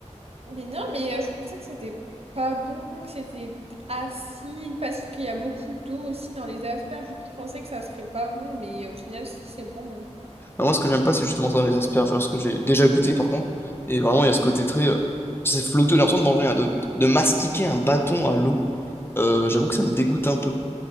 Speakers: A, on the right; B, on the left.
A: Mais non, mais euh, je pensais que c'était pas bon, que c'était acide, parce qu'il y a beaucoup d'eau aussi dans les asperges. Du coup, je pensais que ça serait pas bon, mais au final, si, c'est bon. hein.
B: Ah, moi, ce que j'aime pas, c'est justement ça, les asperges. Parce que j'ai déjà goûté, par contre. Et vraiment, il y a ce côté très... euh, C'est flotteux j'ai l'impression de manger, un- de, de mastiquer un bâton à l'eau. Euh, j'avoue que ça me dégoûte un peu.